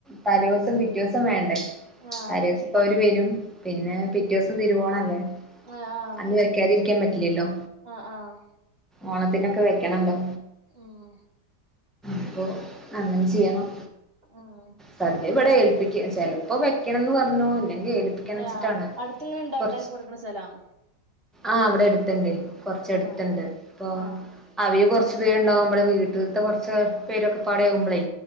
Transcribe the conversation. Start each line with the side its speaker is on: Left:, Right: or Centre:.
Centre: തലേ ദിവസം പിറ്റേ ദിവസം വേണ്ടേ
Right: ആഹ്
Centre: തലേസം ഇപ്പ അവര് വരും പിന്നെ പിറ്റേസം തിരുവോണല്ലേ
Right: ആഹ്
Centre: അന്ന് വെയ്ക്കാതിരിക്കാൻ പറ്റില്ലല്ലോ
Right: ആഹ് ആഹ്
Centre: ഓണത്തിനൊക്കെ വെയ്ക്കണല്ലോ
Right: ഉം
Centre: അപ്പൊ അങ്ങനെ ചെയ്യണം
Right: ഉം
Centre: സദ്യ ഇവിടെ ഏൽപ്പിക്ക ചെല പ്പൊ വെക്കണംന്ന് പറഞ്ഞു ഇല്ലെങ്കി ഏൽപ്പിക്കണച്ചിട്ടാണ്
Right: ആഹ് അടുത്ത്ങ്ങനെ ഇണ്ടോ
Centre: കൊറച്ച്
Right: ഉണ്ടാക്കി കൊടുക്കണ സ്ഥലം
Centre: ആഹ് ഇവിടെ അടുത്തുണ്ട് കൊർച് എടുത്ത്ണ്ട്
Right: ആഹ്
Centre: അപ്പൊ
Right: ആഹ്
Centre: അവര് കൊർച് പേരുണ്ടാവുമ്പളെ വീട്ടില്ത്തെ കൊറച്ച് പേരൊക്കെപാടെയാവുമ്പളെയ